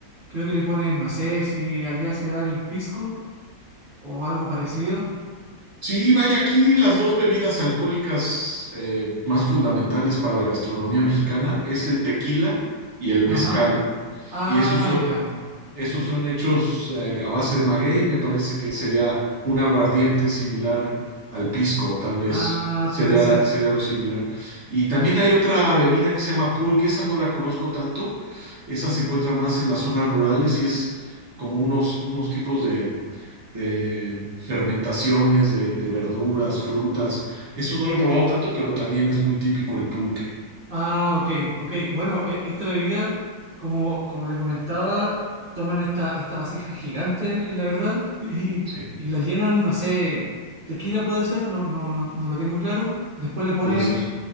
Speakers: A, on the right (about 75°); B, on the right (about 50°).
A: creo que le ponen, no sé si allá se da el pisco o algo parecido.
B: Sí, vaya, aquí las dos bebidas alcohólicas eh, más fundamentales para la gastronomía mexicana es el tequila y el
A: Ajá.
B: mezcal.
A: Ah,
B: Y esos son-
A: ya.
B: Esos son hechos eh, a base de maguey, me parece que sería un aguardiente similar al pisco, tal vez
A: Ah,
B: sería,
A: puede ser.
B: sería lo similar. Y también hay otra bebida que se llama pulque, esa no la conozco tanto, esa se encuentra más en las zonas rurales y es como unos, unos tipos de, de fermentaciones de, de verduras, frutas. Eso no lo he probado tanto, pero también es muy típico el pulque.
A: Ah, ok, ok. Bueno, e- esta bebida, como, como le comentaba, toman esta, esta vasija gigante, la verdad, <laughs> y,
B: Sí,
A: y la llenan, no sé, tequila puede ser, no, no, no, no lo tengo claro. Después le ponen
B: puede ser.